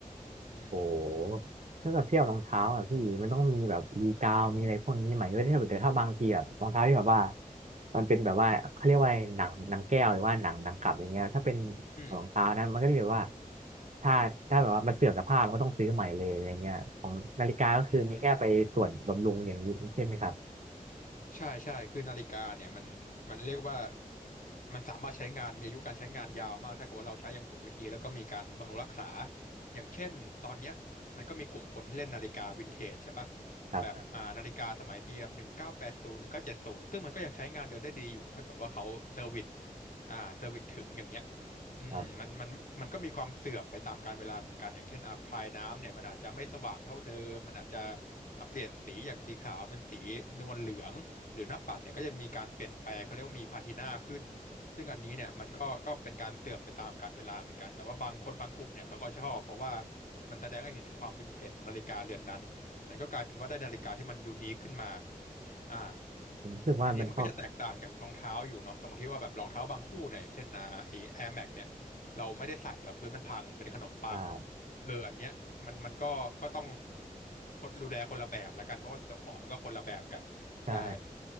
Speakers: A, on the left; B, on the right.
A: อืม
B: โอ้ถ้าแบบเทียบรองเท้าอ่ะพี่มันต้องมีแบบรีกาวมีอะไรพวกนี้ใหม่ด้วยถ้าแบบแต่ถ้าบางทีอ่ะรองเท้าที่แบบว่ามันเป็นแบบว่าเขาเรียกว่าอะไรหนังหนังแก้วหรือว่าหนังหนังกลับอย่างเงี้ยถ้าเป็น
A: อืม
B: รองเท้านะมันก็จะแบบว่าถ้าถ้าแบบว่ามันเสื่อมสภาพมันก็ต้องซื้อใหม่เลยอะไรเงี้ยของนาฬิกาก็คือมีแค่ไปตรวจบำรุงอย่างนี้ใช่ไหมครับ
A: อืม ใช่ใช่คือนาฬิกาเนี่ยมันมันเรียกว่ามันสามารถใช้งานมีอายุการใช้งานยาวมากถ้าเกิดว่าเราใช้อย่างถูกวิธีแล้วก็มีการบำรุงรักษาอย่างเช่นตอนเนี้ยมันก็มีกลุ่มคนที่เล่นนาฬิกาวินเทจใช่ปะ
B: ครับ
A: แบบอ่านาฬิกาสมัยปีแบบหนึ่งเก้าแปดศูนย์หนึ่งเก้าเจ็ดศูนย์ซึ่งมันก็ยังใช้งานเดินได้ดีอยู่ถ้าเกิดว่าเขาเซอร์วิสอ่าเซอร์วิสถึงอย่างเงี้ยอืมมันมันมันก็มีความเสื่อมไปตามกาลเวลาเหมือนกันอย่างเช่นอ่ะพลายน้ำเนี่ยมันอาจจะไม่สว่างเท่าเดิมมันอาจจะ
B: ครับ
A: อ่ะเปลี่ยนสีจากสีขาวเป็นสีนวลเหลือง หรือหน้าปัดเนี่ยก็จะมีการเปลี่ยนแปลงเขาเรียกว่ามีพาทีนาขึ้นซึ่งอันนี้เนี่ยมันก็ก็เป็นการเสื่อมไปตามกาลเวลาเหมือนกันแต่ว่าบางคนบางกลุ่มเนี่ยเขาก็ชอบเพราะว่ามันแสดงให้เห็นถึงความวินเทจของนาฬิกาเรือนนั้นมันก็กลายเป็นว่าได้นาฬิกาที่มันยูนิคขึ้นมาอ่า
B: ผมรู้สึกว่ามันก็
A: ทีนี้มันก็จะแตกต่างจากรองเท้าอยู่เนาะตรงที่ว่าแบบรองเท้าบางคู่เนี่ยอย่างเช่นอ่าไอ Air Max เนี่ยเราไม่ได้ใส่แล้วพื้นมันพังเป็นขนมปัง
B: อ่า
A: เอออันเนี้ยมันมันก็ก็ต้องคนดูแลคนละแบบละกันเพราะว่าเจ้าของมันก็คนละแบบกันใช่
B: ใช่